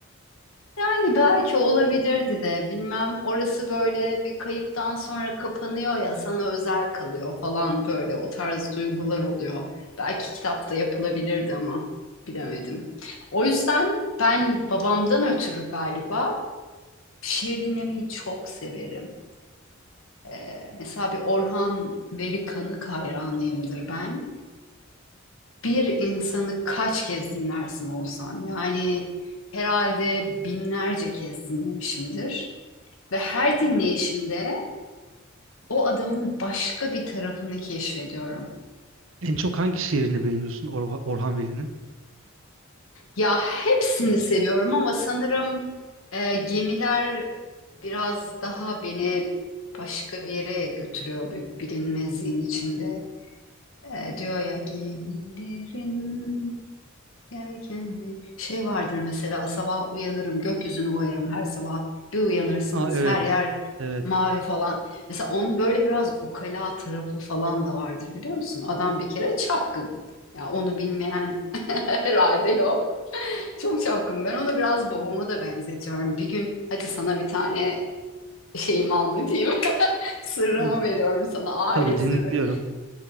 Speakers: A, on the left; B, on the right.
A: Yani belki olabilirdi de bilmem orası böyle bir kayıptan sonra kapanıyor ya sana özel kalıyor falan böyle o tarz duygular oluyor. Belki kitapta yapılabilirdi ama bilemedim. O yüzden ben babamdan ötürü galiba şiir dinlemeyi çok severim. Ee, mesela bir Orhan Veli Kanık hayranıyımdır ben. Bir insanı kaç kez dinlersin Oğuzhan? Yani herhalde binlerce kez dinlemişimdir. Ve her dinleyişimde o adamın başka bir tarafını keşfediyorum.
B: En çok hangi şiirini beğeniyorsun Orha- Orhan Veli'nin?
A: Ya hepsini seviyorum ama sanırım e, gemiler biraz daha beni başka bir yere götürüyor bir bilinmezliğin içinde. E, diyor ya gemilerin Erkenli şey vardır mesela sabah uyanırım gökyüzünü boyarım her sabah bir uyanırsınız
B: Aa evet.
A: her yer
B: Evet.
A: mavi falan. Mesela onun böyle biraz ukala tarafı falan da vardır biliyor musun? Adam bir kere çapkın. Ya onu bilmeyen <laughs> herhalde yok. Çok çapkın. Ben onu biraz babama da benzetiyorum. Bir gün hadi sana bir tane şeyimi anlatayım. <laughs> Sırrımı
B: Hadi
A: veriyorum sana aile
B: tabii dinliyorum.
A: sırrı.